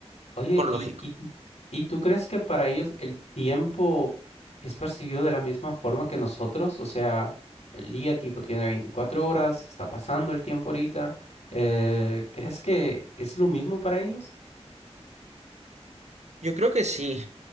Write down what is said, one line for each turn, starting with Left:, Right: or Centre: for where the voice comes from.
Left: Oye,
Right: por
Left: ¿y,
Right: lógico.
Left: y, y tú crees que para ellos el tiempo es percibido de la misma forma que nosotros? O sea, el día tipo tiene 24 horas, está pasando el tiempo ahorita. eh, ¿crees que es lo mismo para ellos?
Right: Yo creo que sí.